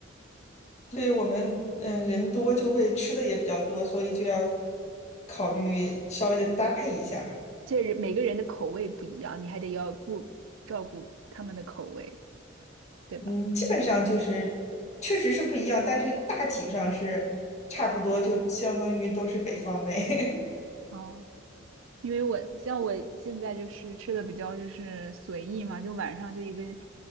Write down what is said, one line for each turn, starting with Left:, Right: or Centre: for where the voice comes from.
Left: 所以我们嗯、呃人多就会吃的也比较多，所以就要考虑稍微的搭配一下。
Right: <laughs> 这人每个人的口味不一样，你还得要顾照顾他们的口味，对吧？
Left: 嗯，基本上就是确实是不一样，但是大体上是差不多，就相当于都是北方味。<laughs>
Right: 哦。因为我像我现在就是吃的比较就是随意嘛，就晚上就一根，